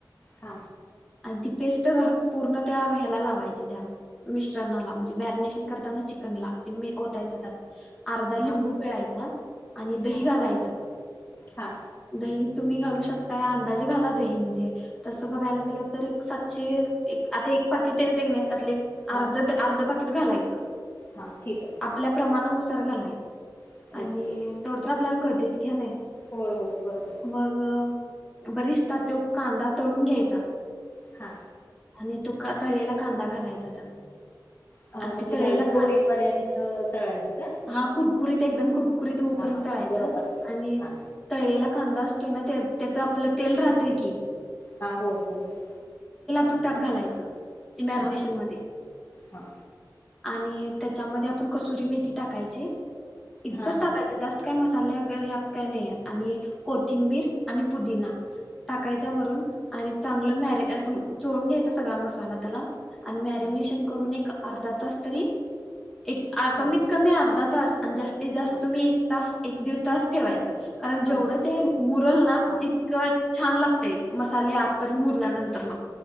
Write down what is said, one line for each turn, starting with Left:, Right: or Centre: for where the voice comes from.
Left: हा
Centre: आणि ती पेस्ट पूर्ण त्या ह्याला लावायची त्या मिश्रणाला म्हणजे मॅरिनेशन करताना चिकनला ते ओतायच त्यात अर्धा लिंबू
Left: हां
Centre: पिळायचा आणि दही
Left: हां
Centre: घालायचं
Left: हां
Centre: दही तुम्ही घालू शकताय अंदाजे घाला दही म्हणजे तसं बघायला गेलं तर एक सातशे आता एक पाकिट येते नाही त्यातले
Left: हां
Centre: अर्धा अर्धा पाकी <unintelligible> घालायचं
Left: हां ठीक आहे ठीक
Centre: आपल्या प्रमाणानुसार घालायचं
Left: आहे
Centre: आणि
Left: ओके
Centre: तेवढं तर आपल्याला कळतेच कि हाय नाय
Left: होय होय बरोबर
Centre: मग बरीच त्यात त्यो कांदा तळून घ्यायचा
Left: हा
Centre: आणि तो का तळेला कांदा घालायचा त्यात.
Left: अं,
Centre: आणि
Left: म्हणजे
Centre: ते तळेला
Left: लालसर
Centre: कांदा
Left: होईपर्यंत तळायचं का
Centre: हा कुरकुरीत एकदम कुरकुरीत होऊपर्यंत
Left: हां हां
Centre: तळायचं
Left: हां बरोबर
Centre: आणि
Left: हां
Centre: तळेला कांदा असतो त्यांन त्या त्याच आपलं तेल राहतंय की
Left: हा होय बरोबर
Centre: पण त्यात घालायचं म्हणजी इमॅरिनेशनमध्ये
Left: हां हां
Centre: आणि त्याच्यामध्ये आपण कसुरी मेथी टाकायची इतकंच
Left: हां
Centre: टाकायचं
Left: हां
Centre: जास्त काय मस्त <unintelligible> ह्यात काही नाही ह्यात आणि कोथिंबीर आणि पुदिना टाकायचा वरून आणि चांगल मॅरी असं चोळून घ्यायचा सगळा मसाला त्याला आणि मॅरिनेशन
Left: हां
Centre: करून एक अर्धा तास तरी एक
Left: ठेवून
Centre: कमीत
Left: द्या
Centre: कमी अर्धा तास आणि जास्तीत जास्त
Left: हां
Centre: तुम्ही एक तास एक दीड तास ठेवायचं. कारण जेवढं
Left: हां मग
Centre: ते मुरल ना
Left: हां
Centre: तितकं छान लागतय मसाले आतपर्यंत मुरल्यानंतर